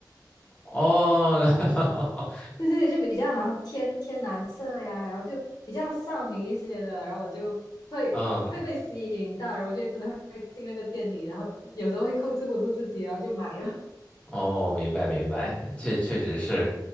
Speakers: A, on the left; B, on the left.
A: 哦，<laughs>
B: 对对对，就比较好像天天蓝色呀，然后就比较少女一些的，然后我就会会被吸引到，
A: 嗯，
B: 然后我就真的会进那个店里，然后有时候会控制不住自己，然后就买了。<laughs>
A: 哦，明白明白，确确实是，